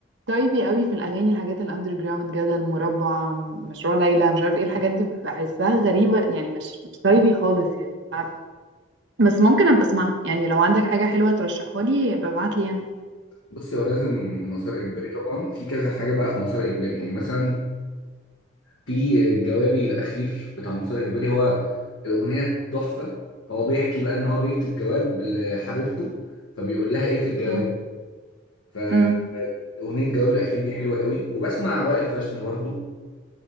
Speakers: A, on the right; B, on the left.
A: تايبي قوي في الاغاني الحاجات الاندر جراوند جدل مربع مشروع ليلى مش عارف ايه الحاجات دي بحسها غريبه يعني مش مش تايبي خالص يعني مش عارفة. بس ممكن ابقى اسمعها يعني لو عندك حاجه حلوه ترشحها لي ابقى ابعت لي يعني
B: بصي هو لازم مسار اجباري طبعا في كذا حاجة بقى في مسار اجباري يعني مثلا في جوابي الأخير بتاع مسار اجباري هو الأغنية تحفة هو بيحكي بقى ان هو بيكتب جواب لحبيبته فبيقول لها ايه في الجواب
A: أم،
B: ف
A: أم،
B: اغنيه الجواب الاخير دي حلوه قوي وبسمع وائل فاشن برضو